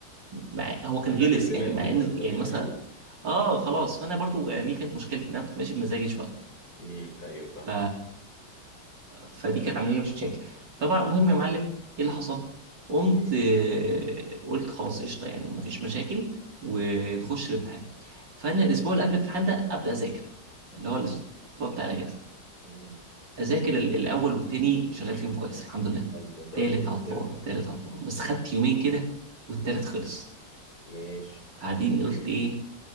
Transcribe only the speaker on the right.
مع... هو كان
غلس
يعني مع
ان
يعني
مثلا
اه خلاص فانا برضو يعني دي كانت مشكلتي ان انا كنت ماشي بمزاجي شويه
ف... فدي كانت عامله لي مشاكل طبعا المهم يا معلم ايه اللي حصل قمت
آه، قلت خلاص قشطه يعني مفيش مشاكل ونخش الامتحان فانا الاسبوع اللي قبل الامتحان ده ابدا اذاكر اللي هو الاسبوع بتاع الاجازه
اذاكر ال- الاول والتاني شغال فيهم كويس الحمد لله
تالت
عطلان التالت عطلان بس خدت يومين كده والتالت خلص
بعدين قلت ايه